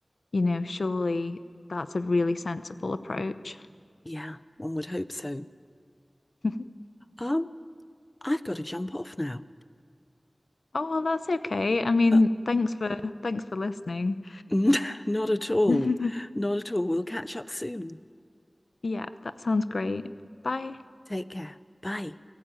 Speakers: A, on the left; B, on the left.
A: you know, surely that's a really sensible approach.
B: yeah, one would hope so.
A: <laughs>
B: Um, I've got to jump off now,
A: Oh, well, that's okay. I mean,
B: but
A: thanks for thanks for listening.
B: <laughs> Not at all.
A: <laughs>
B: Not at all. We'll catch up soon.
A: Yeah, that sounds great. Bye.
B: Take care. Bye.